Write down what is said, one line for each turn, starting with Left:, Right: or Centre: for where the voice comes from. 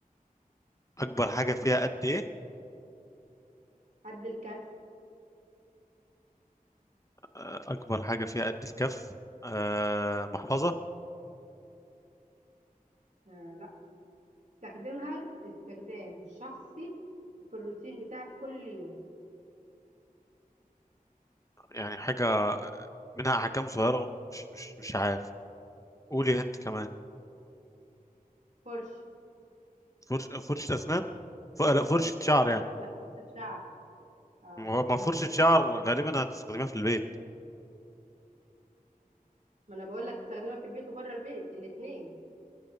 Left: أكبر حاجة فيها قد إيه
Right: قد الكف
Left: أه أكبر حاجة فيها قد الكف أه محفظة
Right: آه لا استخدمها استخدام شخصي في الروتين بتاعك كل يوم
Left: يعني حاجة منها أحكام صغيرة مش مش مش عارف قولي أنت كمان
Right: فرش
Left: فرش فرشة أسنان ف... لا فرشة شعر يعني
Right: لا فرشة شعر اه
Left: هو- ما فرشة
Right: <laughs>
Left: شعر غالبا هتستخدمها في البيت
Right: ما انا بقول لك تستخدمها في البيت وبره البيت الاثنين